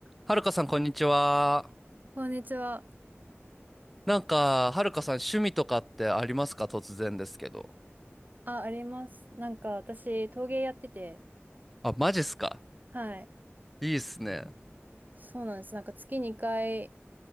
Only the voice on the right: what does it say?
こんにちは。
あ、あります。なんか私、陶芸やってて、
はい。
そうなんです。なんか月2回